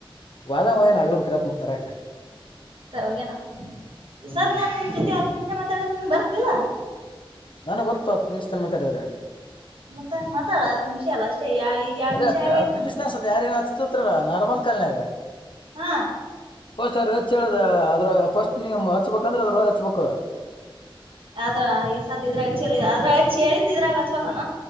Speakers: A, on the left; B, on the right.
A: ವದಾಮಯಾ ನಲ್ಲರು ಕ್ರಪ್ಪ ಮಾತರ
B: ಸರ್ವಾಗಿ ನತ
A: ಹ್ಮ್
B: ಈಸಾದ್ ನನ್ ನಿನ್ ಜೊತೆ ಹತ್ತು ನಿಮಿಷ ಮಾತಾಡಿದ್ರೆ ನಿನ್ ಬರ್ತಿಲ್ಲಾ
A: ನಾನ ಬರ್ತಾವತ್ ನಿಮ್ತನ ಮಾತಾಡಿದ್ರ
B: ಮತ್ತ ಮಾತಾಡ ಹತ್ ನಿಮಿಷ ಅಲ್ಲ ಅಷ್ಟೇ ಈಗ ಎರಡ್
A: ಅದೇ
B: ನಿಮಿಷ
A: ಹತ್
B: ಆಗೋಯ್ತ
A: ಹತ್ ನಿಮಿಷ
B: ಅನ್ಸುತ್ತ
A: ನ ಅನ್ಸತ್ ಯಾರ ಏನ್ ಹತ್ತತತ್ರಲ್ಲ ನಾರ್ಮಲ್ ಕಲ್ನ್ಯಾಗ
B: ಹಾ
A: ಫಸ್ಟ್ ಅವ್ರ ಹಚ್ಚ ಹೇಳದ ಅದ್ರ ಫಸ್ಟ್ ನೀವು ಹಚ್ಬೇಕಂದ್ರೆ ಅದ್ರೊಳಗೆ ಹಚ್ಬೇಕು.
B: ಆದ್ರ ಈಸ ಇದ್ರಾಗ ಚಳಿ ಅದ್ರಾಗ ಚಳಿಂದ ಇದ್ರಾಗ ಹಚ್ಬೇಕಾನ.
A: ಅ-